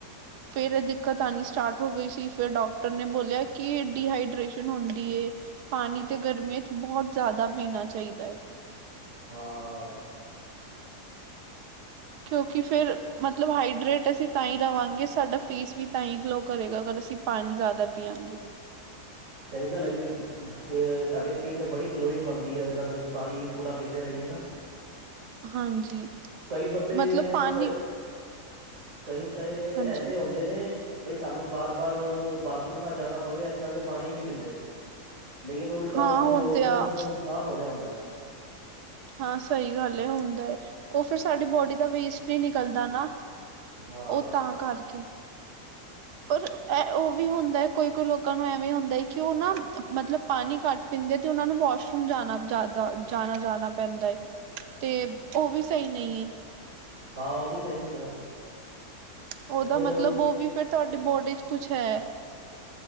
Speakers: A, on the right; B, on the right.
A: ਫੇਰ ਦਿੱਕਤ ਆਉਣੀ ਸਟਾਰਟ ਹੋ ਗਈ ਸੀ। ਫੇਰ ਡਾਕਟਰ ਨੇ ਬੋਲਿਆ ਕਿ ਡੀ ਹਾਈਡ੍ਰੇਸ਼ਨ ਹੁੰਦੀ ਐ। ਪਾਣੀ ਤੇ ਗਰਮੀਆਂ ਚ ਬਹੁਤ ਜ਼ਿਆਦਾ ਪੀਣਾ ਚਾਹੀਦਾ ਹੈ।
B: ਹਾਂ।
A: ਕਿਉਂਕਿ ਫੇਰ, ਮਤਲਬ ਹਾਈਡਰੇਟ ਅਸੀਂ ਤਾਂ ਹੀ ਰਵਾਂਗੇ, ਸਾਡਾ ਫੇਸ ਵੀ ਤਾਂ ਹੀ ਗਲੋ ਕਰੇਗਾ ਅਗਰ ਅਸੀਂ ਪਾਣੀ ਜ਼ਿਆਦਾ ਪੀਵਗੇ।
B: ਸਹੀ ਗੱਲ ਹੈਗੀ ਹੈ। ਫੇਰ ਸਾਡੀ ਸਕਿੰਨ ਤੇ ਬੜੀ ਗਲੋਇੰਗ ਆਉਂਦੀ ਹੈ। ਅਗਰ ਅਸੀਂ ਪਾਣੀ ਪੂਰਾ ਪੀਂਦੇ ਰਹੀਏ ਨਾ।
A: ਹਾਂਜੀ।
B: ਕਈ ਬੰਦੇ
A: ਮਤਲਬ ਪਾਣੀ
B: ਕ ਕਈ ਤਾਂ
A: ਹਾਂਜੀ
B: ਐਸੇ ਹੁੰਦੇ ਨੇ, ਬਈ ਸਾਨੂੰ ਬਾਰ- ਬਾਰ ਬਾਥਰੂਮ ਨਾ ਜਾਣਾ ਪਵੇ, ਇਸ ਕਰਕੇ ਪਾਣੀ ਨਹੀਂ ਪੀਂਦੇ। ਲੇਕਿਨ ਉਲਟਾ
A: ਹਾਂ
B: ਉਹਨਾਂ
A: ਹੁੰਦੇ
B: ਦੇ ਔਰਗਨ
A: ਆ
B: ਨੂੰ ਨੁਕਸਾਨ ਹੋ ਰਿਹਾ ਹੁੰਦਾ ਹੈ।
A: ਹਾਂ ਸਹੀ ਗੱਲ ਹੈ, ਹੁੰਦਾ ਹੈ। ਉਹ ਫੇਰ ਸਾਡੀ ਬੋਡੀ ਦਾ ਵੇਸਟ ਹੀ ਨਿਕਲਦਾ ਨਾ।
B: ਹਾਂ
A: ਉਹ ਤਾਂ ਕਰਕੇ। ਪਰ ਇਹ, ਉਹ ਵੀ ਹੁੰਦਾ ਹੈ। ਕੋਈ- ਕੋਈ ਲੋਕਾਂ ਨੂੰ ਐਵੇ ਹੁੰਦਾ ਹੈ ਕਿ, ਉਹ ਨਾ ਮਤਲਬ ਪਾਣੀ ਘਟ ਪੀਂਦੇ ਤੇ ਉਹਨਾ ਨੂੰ ਵਾਸ਼ਰੂਮ ਜਾਣਾ ਦਾ ਜਾਣਾ ਜਾਦਾ ਪੈਂਦਾ ਹੈ। ਤੇ ਉਹ ਵੀ ਸਹੀ ਨਹੀਂ ਏ।
B: ਹਾਂ, ਉਹ ਵੀ ਸਹੀ ਨਹੀਂ ਹੈਗਾ।
A: ਉਹਦਾ
B: ਉਹ ਫੇਰ
A: ਮਤਲਬ ਉਹ ਵੀ ਫੇਰ, ਤੁਹਾਡੀ ਬੋਡੀ ਚ ਕੁਛ ਹੈ।